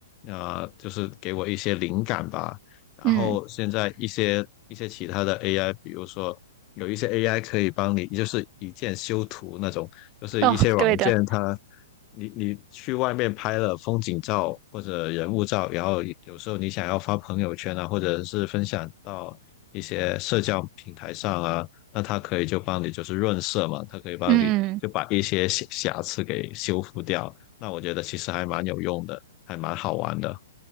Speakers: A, on the left; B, on the right.
A: 啊、就是给我一些灵感吧，然后现在一些一些其他的
B: 嗯，
A: AI，比如说有一些 AI 可以帮你，就是一键修图那种，就是一些软件它，
B: 哦，对的，
A: 你你去外面拍了风景照或者人物照，然后有时候你想要发朋友圈啊，或者是分享到一些社交平台上啊，那它可以就帮你就是润色嘛，它可以帮你就把一些瑕瑕疵给修复掉。
B: 嗯嗯。嗯
A: 那我觉得其实还蛮有用的，还蛮好玩的。